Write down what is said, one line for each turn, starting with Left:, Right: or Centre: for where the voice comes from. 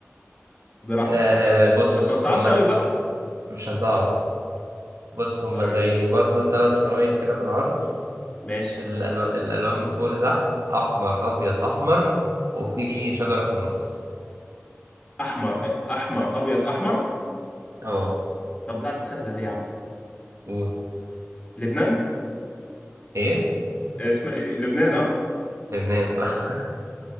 Left: براحتك
Right: آه بص
Left: بس ما تصعبش
Right: هما
Left: قوي بقى
Right: مش هصعب بص هما
Left: طيب
Right: زي
Left: يلا
Right: برضو ثلاث شرايط كده بالعرض
Left: ماشي
Right: الألو... الالوان من فوق لتحت احمر ابيض احمر وفي شجره في النص
Left: احمر احمر ابيض احمر
Right: اه
Left: طب لا دي سهله دي يا عم
Right: قول
Left: لبنان
Right: ايه
Left: اسمها ايه دي لبنان اه
Right: لبنان صح